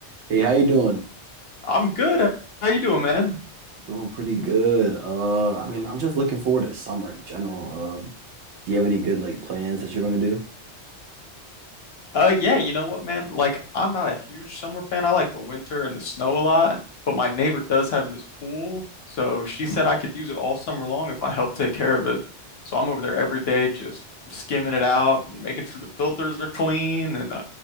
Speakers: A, on the right; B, on the left.
A: Hey, how you doing?
B: I'm good. How you doing, man?
A: Doing pretty good. Uh, I mean, I'm just looking forward to summer in general. Um, do you have any good like plans that you're gonna do?
B: Uh, yeah, you know what, man? Like, I'm not a huge summer fan. I like the winter and the snow a lot, but my neighbor does have this pool, so she said I could use it all summer long if I help take care of it. So I'm over there every day just skimming it out and making sure the filters are clean, and uh,